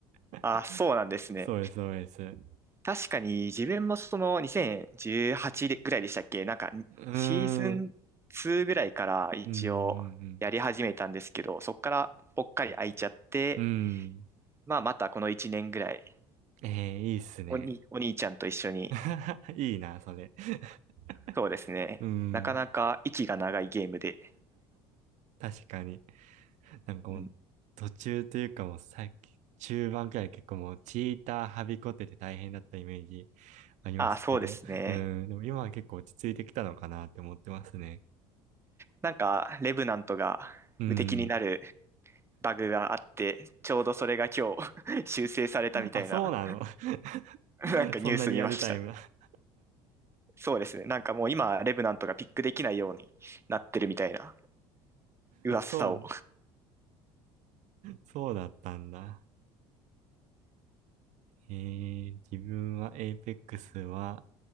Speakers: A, on the right; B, on the right.
A: <laughs>
B: あ、そうなんですね。
A: そうです、そうです。
B: 確かに自分もその2018ぐらいでしたっけなんかシーズン2ぐらいから一応やり始めたんですけど、
A: うーん。うんうん
B: そこからぽっかり空いちゃって、
A: うん。うん。
B: まあまたこの1年ぐらい、
A: ええいいっすね。
B: おに、お兄ちゃんと一緒に、
A: <laughs> いいな、それ。<laughs>
B: そうですね。
A: うん。
B: なかなか息が長いゲームで。
A: 確かに。なんかもう、
B: うん。
A: 途中というかもうさっき、中盤くらい結構もう、チーターはびこってて大変だったイメージありましたけど。
B: ああ、そうですね。
A: うん。でも今は結構落ち着いてきたのかなって思ってますね。
B: なんか、レブナントが無敵になる
A: うん。
B: バグがあって、ちょうどそれが今日 <laughs> 修正されたみたいな、
A: あ、そうなの。<laughs>
B: なんかニュース見ました。
A: そんなリアルタイムな。
B: そうですね。なんかもう今、レブナントがピックできないようになってるみたいな
A: <laughs>
B: 噂を。
A: そう、そうだったんだ。えー、自分はエイペックスは、